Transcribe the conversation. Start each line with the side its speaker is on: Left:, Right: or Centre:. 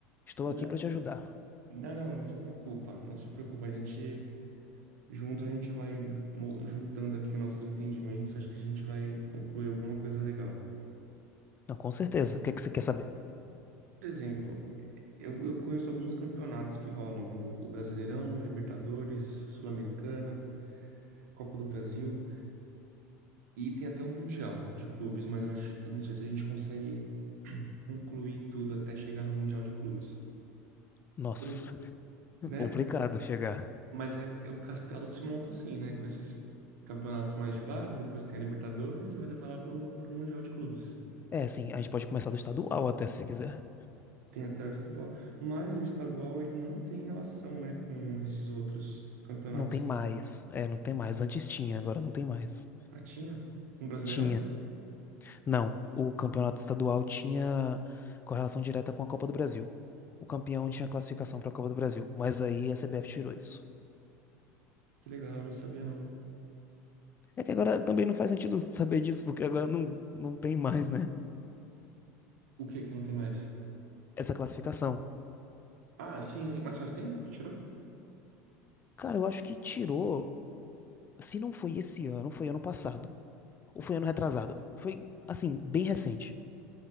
Left: Estou
Right: Não,
Left: aqui para te ajudar.
Right: não, não, não se preocupa, não se preocupa. A gente junto, a gente vai mo- juntando aqui os nossos entendimentos. Acho que a gente vai concluir alguma coisa legal.
Left: Não, com certeza. O que é que você quer saber?
Right: Por exemplo, eu, eu conheço alguns campeonatos que rolam: o, o Brasileirão, Libertadores, Sul-Americana, Copa do Brasil. E tem até um mundial de clubes, mas eu acho, eu não sei se a gente consegue <clears throat> concluir tudo até chegar no mundial de clubes.
Left: Nossa,
Right: Por ex-
Left: <laughs>
Right: né?
Left: complicado chegar.
Right: Mas é, é o Castelo se monta assim, né? Com esses campeonatos mais de base, depois tem a Libertadores e vai levar lá pro, pro mundial de clubes.
Left: É, sim, a gente pode começar do estadual até se quiser.
Right: Tem até o estadual, mas o estadual ele não tem relação, né, com esses outros campeonatos.
Left: Não tem mais. É, não tem mais. Antes tinha, agora não tem mais.
Right: Ah, tinha um Brasileirão?
Left: Tinha. Não, o campeonato estadual tinha correlação direta com a Copa do Brasil. O campeão tinha classificação para a Copa do Brasil, mas aí a CBF tirou isso.
Right: Que legal, eu não sabia não.
Left: É que agora também não faz sentido saber disso, porque agora não, não tem mais, né?
Right: O que que não tem mais?
Left: Essa classificação.
Right: Ah, sim, sim, mas faz tempo que tirou?
Left: Cara, eu acho que tirou, se não foi esse ano, foi ano passado. Ou foi ano retrasado. Foi, assim, bem recente.